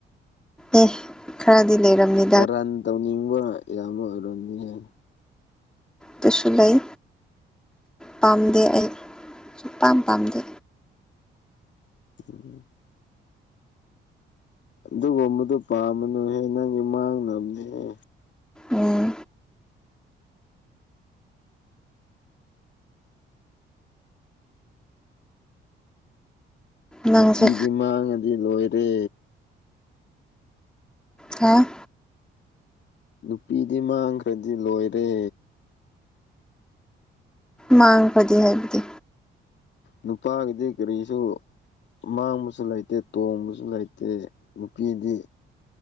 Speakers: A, in the centre; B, on the left.
A: ꯑꯦ ꯈꯔꯗꯤ ꯂꯩꯔꯝꯅꯤ
B: ꯀꯔꯥꯟ ꯇꯧꯅꯤꯡꯕ ꯑꯌꯥꯝꯕ ꯑꯣꯏꯔꯝꯅꯤꯍꯦ
A: ꯇꯁꯨ ꯂꯩ ꯄꯥꯝꯗꯦ ꯑꯩ ꯁꯨꯛꯄꯥꯝ ꯄꯥꯝꯗꯦ
B: ꯎꯝ <inaudible> ꯑꯗꯨꯒꯨꯝꯕꯗꯨ ꯄꯥꯝꯃꯨꯅꯨꯍꯦ ꯅꯪꯒꯤ ꯃꯥꯡꯅꯕꯅꯤꯍꯦ
A: ꯎꯝ ꯅꯪꯁꯦ
B: ꯅꯨꯄꯤꯗꯤ ꯃꯥꯡꯉꯗꯤ ꯂꯣꯏꯔꯦ
A: ꯍꯥ
B: ꯅꯨꯄꯤꯗꯤ ꯃꯥꯡꯈ꯭ꯔꯗꯤ ꯂꯣꯏꯔꯦ
A: ꯃꯥꯡꯈ꯭ꯔꯗꯤ ꯍꯥꯏꯕꯗꯤ
B: ꯅꯨꯄꯥꯒꯤꯗꯤ ꯀꯔꯤꯁꯨ ꯑꯃꯥꯡꯕꯁꯨ ꯂꯩꯇꯦ ꯇꯣꯡꯕꯁꯨ ꯂꯩꯇꯦ ꯅꯨꯄꯤꯗꯤ